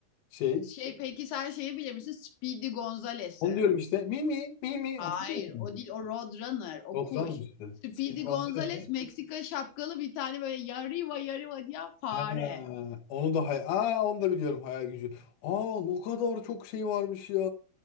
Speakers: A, on the left (about 65°); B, on the left (about 80°).
A: Şey.
B: Şey peki sen şeyi bilir misin? Speedy Gonzales'i.
A: Onu diyorum işte. Mi mi mi mi.
B: Hayır
A: Hatırlıyor musun?
B: o değil o Roadrunner o
A: Oturan
B: kuş.
A: işte.
B: Speedy
A: Speedy Gonzales.
B: Gonzales Meksika şapkalı bir tane böyle yarıva yarıva diyen fare.
A: Ha, onu da hay Aa, onu da biliyorum hayal gücü. Aa ne kadar çok şey varmış ya.